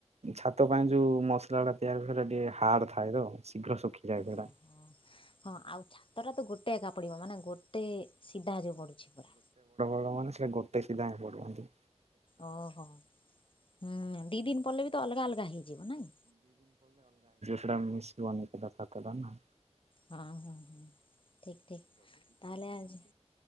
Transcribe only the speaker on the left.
ଓହୋ। ହଁ ଆଉ ଛାତଟା ତ ଗୋ ଗୋଟେ ଏକା ପଡ଼ିବ ମାନେ ଗୋଟେ ସିଧା ଯ ପଡ଼ୁଛି ପରା
ଓହୋ ହୁଁ ଦିଇ ଦିନ ପରେ ବି ତ ଅଲଗା ଅଲଗା ହେଇଯିବ ନାଇଁ-
ହଁ ହଁ ହଁ ଠିକ ଠିକ ତାହଲେ ଆ-